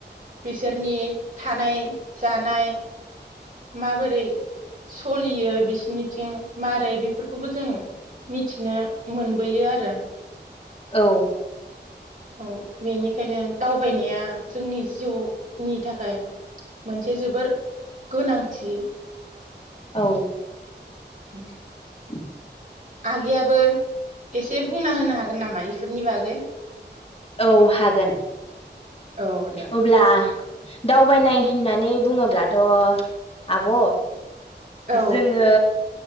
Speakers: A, on the right; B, on the left.
A: बिसोरनि थानाय जानाय माबोरै सलियो बिसिनिथिं मारै बेफोरखौबो जों मिथिनो मोनबोयो आरो।
B: औ
A: औ बेनिखायनो दावबायनाया जोंनि जिउनि थाखाय मोनसे जोबोर गोनांथि।
B: औ
A: उम
B: <inaudible>
A: आगैयाबो एसे बुंना होनो हागोन नामा इफोरनि बागै?
B: औ हागोन
A: औ दे।
B: अब्ला दावबायनाय होननानै बुङोब्लाथ' आब'
A: औ
B: जोंङो